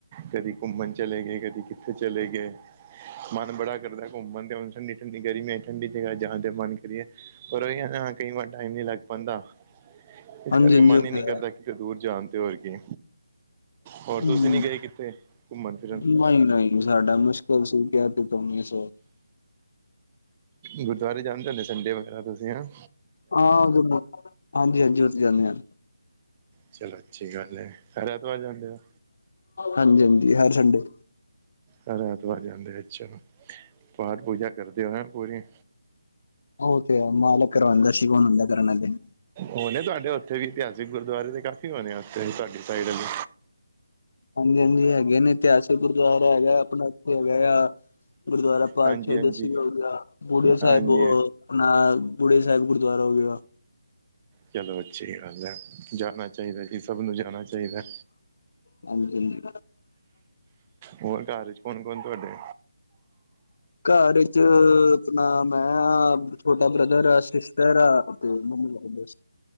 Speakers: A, on the right; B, on the left.
A: ਕਦੀ ਘੁੰਮਣ ਚਲੇ ਗਏ, ਕਦੀ ਕਿੱਥੇ ਚਲੇ ਗਏ, ਮਨ ਬੜਾ ਕਰਦਾ ਘੁੰਮਣ ਤੇ ਹੁਣ ਐਨੀ ਗਰਮੀ ਹੈ, ਠੰਡੀ ਜਗਾ ਜਾਣ ਤੇ ਮਨ ਕਰੀਏ, ਪਰ ਕਈ ਵਾਰ ਟਾਈਮ ਨਹੀਂ ਲੱਗ ਪੈਂਂਦਾ। ਇਸ
B: ਹਾਂਜੀ
A: ਕਰਕੇ
B: ਹਾਂਜੀ
A: ਮਨ
B: ਉਹ
A: ਹੀ ਨੀ
B: ਤੇ
A: ਕਰਦਾ
B: ਹੈ।
A: ਕਿਤੇ ਦੂਰ ਜਾਣ ਤੇ ਹੋਰ ਕੀ ਹੋਰ
B: ਹੂੰ
A: ਤੁਸੀਂ ਨੀ ਗਏ ਕਿੱਥੇ ਘੁੰਮਣ ਫਿਰਨ
B: ਨਹੀਂ
A: <inaudible>
B: ਨਹੀਂ ਸਾਡਾ ਮੁਸ਼ਕਿਲ ਸੀ ਕਿਹਾ ਤੇ ਤੁਮ ਇਸ ਵਾਰ
A: ਗੁਰਦੁਆਰੇ ਜਾਂਦੇ ਹੁੰਦੇ ਸੰਡੇ ਵਗੈਰਾ ਤੁਸੀਂ ਹੈਨਾ।
B: ਹਾਂ ਉਧਰ ਹਾਂਜੀ -ਹਾਂਜੀ ਉਥੇ ਜਾਂਨੇ ਹਾਂ।
A: ਚਲੋ ਅੱਛੀ ਗੱਲ ਹੈ ਹਰ ਐਤਵਾਰ ਜਾਂਦੇ ਹੋ?
B: ਹਾਂਜੀ, ਹਾਂਜੀ ਹਰ ਸੰਡੇ
A: ਹਰ ਐਤਵਾਰ ਜਾਂਦੇ ਆ ਅੱਛਾ, ਪਾਠ ਪੂਜਾ ਕਰਦੇ ਹੋ, ਹੈ ਪੂਰੀ।
B: ਉਹ ਤੇ ਹੈ ਮਾਲਕ ਕਰਵਾਉਂਦਾ ਅਸੀਂ ਕੌਣ ਹੁੰਦੇ ਹਾਂ ਕਰਨ ਵਾਲੇ।
A: ਹੋਣੇ ਤੁਹਾਡੇ ਉੱਥੇ ਵੀ ਇਤਿਹਾਸਿਕ ਗੁਰਦੁਆਰੇ ਦੇ ਕਾਫੀ ਹੋਣੇ ਆ ਉਥੇ ਤੁਹਾਡੀ ਸਾਈਡ ਵੀ?
B: ਹਾਂਜੀ -ਹਾਂਜੀ ਹੈਗੇ ਨੇ ਇਤਿਹਾਸਿਕ ਗੁਰਦੁਆਰਾ ਹੈਗਾ ਆਪਣਾ ਇੱਥੇ ਹੈਗਾ ਆ। ਗੁਰਦੁਆਰਾ ਪਾ
A: ਹਾਂਜੀ ਹਾਂਜੀ
B: ਸਿੰਘ ਹੋ ਗਿਆ ਬੁੜਆ
A: ਹਾਂਜੀ
B: ਸਾਹਿਬ <inaudible> ਆਪਣਾ ਗੁੜੇ ਸਾਹਿਬ ਗੁਰਦੁਆਰਾ ਹੋਵੇਗਾ
A: ਚਲੋ ਅੱਛੀ ਗੱਲ ਹੈ, ਜਾਣਾ ਚਾਹੀਦਾ ਸੀ ਸਭ ਨੂੰ ਜਾਣਾ ਚਾਹੀਦਾ।
B: ਹਾਂਜੀ-ਹਾਂਜੀ।
A: ਹੋਰ ਘਰ ਚ ਕੌਣ ਕੌਣ ਤੁਹਾਡੇ
B: ਘਰ ਚ ਆਪਣਾ ਮੈਂ ਆ, ਛੋਟਾ ਬ੍ਰਦਰ ਆ, ਸਿਸਟਰ ਆ, ਤੇ ਮੰਮੀ ਆ ਬਸ